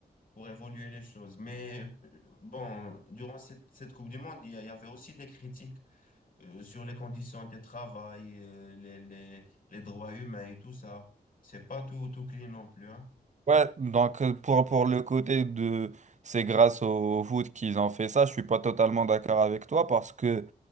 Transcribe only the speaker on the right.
Ouais, donc euh, pour, pour le côté de c'est grâce au, au foot qu'ils ont fait ça, je suis pas totalement d'accord avec toi parce que